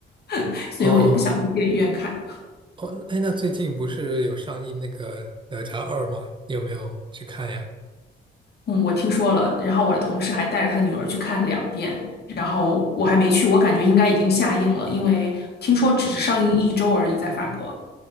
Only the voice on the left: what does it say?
<laughs> 所以我就不想去电影院看。
嗯，我听说了，然后我的同事还带着他女儿去看两遍，然后我还没去，我感觉应该已经下映了，因为听说只是上映一周而已，在法国。